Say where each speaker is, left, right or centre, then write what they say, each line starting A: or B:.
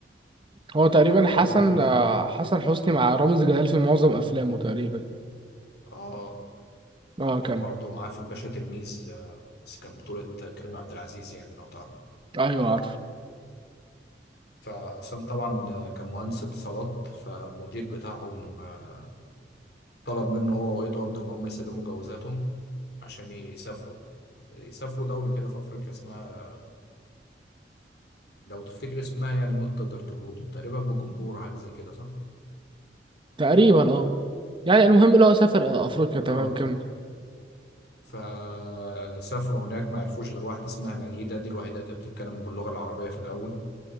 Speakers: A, on the right; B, on the left.
A: هو تقريبا
B: فهو
A: حسن
B: كان بيل...
A: آه، حسن حسني مع رامز جلال في معظم افلامه تقريبا
B: آه
A: اه كمل
B: كان برضه معاه في الباشا تلميذ آه، بس كان بطولة كريم عبد العزيز يعني لو تعرف
A: ايوه عارف
B: فحسام طبعا كان مهندس اتصالات فالمدير بتاعهم آه، طلب منه هو وإدوارد إن هم يسلموا جوازاتهم عشان يسافروا يسافروا دولة كده في أفريقيا اسمها لو تفتكر اسمها يعني ممكن تقدر تقوله تقريبا بجمبور أو حاجة زي كده صح؟
A: تقريبا اه يعني المهم اللي هو سافر آه، افريقيا تمام
B: اه
A: كمل
B: فسافروا هناك ما عرفوش غير واحدة اسمها مجيدة دي الوحيدة اللي كانت بتتكلم باللغة العربية في الأول